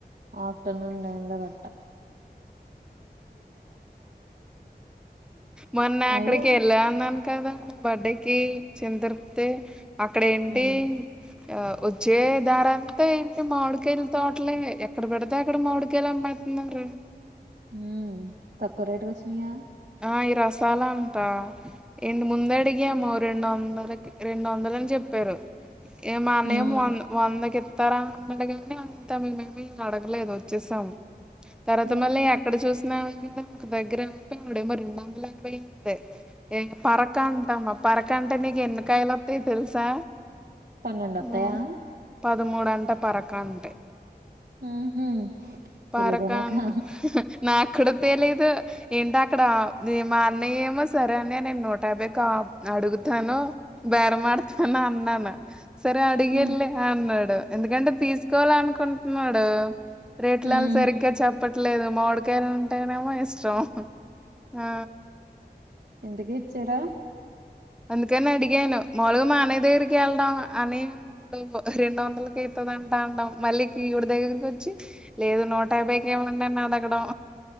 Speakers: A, on the right; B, in the centre.
A: ఆఫ్టర్నూన్ టైమ్ లో కట్ట
B: మొన్న
A: అది
B: అక్కడికి వెళ్ళా అన్నాను కదా బర్డేకి చిన్న తిరుపతి అక్కడ ఏంటి
A: ఉమ్
B: ఆ వచ్చే దారంతా ఏంటి మామిడికాయలు తోటలే ఎక్కడ పెడితే అక్కడ మాడికాయలు అమ్మే మరే
A: ఉమ్ తక్కువ రేటుకి వచ్చినియా
B: అయి రసాలా అంటా ఏంటి ముందు అడిగాము రెండు వందలకి రెండు వందలని చె చెప్పారు ఇక మా అన్నయ్య
A: ఉమ్
B: మానే వంద వందకి తర అడగ గానే అంత మేము ఏమి అడగలేదు వచ్చేసాము తర్వాత
A: ఉహు
B: మళ్ళీ ఎక్కడ చూసినా కదా మా దగ్గర డమో రెండు వందల యాభై ఉంది ఇంకా పరక అంటామా పరక అంటే నీకు ఎన్నికాయలు వస్తా స్తాయి తెలుసా
A: పన్నెండు వస్తాయా
B: ఆ, పదమూడు అంట పరక అంటే
A: ఉహు తెలీదే
B: పరక
A: నాకా
B: అ నాకు అక్కడ తెలిదు ఏంటి అక్కడ మా అన్నయ్య ఏమో సరే అని నేను నూట యాభై కా అడుగుతాను బేరమాడతాను అన్నాను సరే అడిగి
A: ఉమ్
B: వెళ్ళు అన్నాడు ఎందుకంటే తీసుకోవాల అనుకుంటున్నాడు రేట్లలో
A: ఉమ్
B: సరిగ్గా చెప్ప చెప్పట్లేదు మామిడికాయలు అంటేనేమో ఇష్టం ఆ
A: ఇంతకీ ఇచ్చారా
B: అందుకనే అడిగను మములుగ మా అన్నయ్య దగ్గరికేళ్ళడం అన్నయ్య రెండు వందలకి త్ ంటా అంటా అనడం మళ్ళీ ఈవిడ దగ్గరికి వచ్చి లేదు నూట యాభైకి ఇవ్వండి అని ఆడగడం